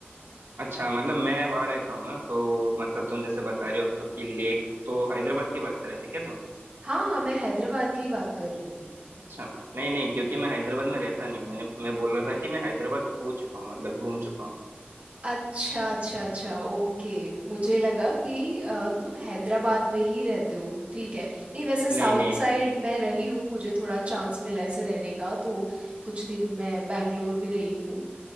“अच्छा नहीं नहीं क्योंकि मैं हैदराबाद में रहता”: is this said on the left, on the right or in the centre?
Right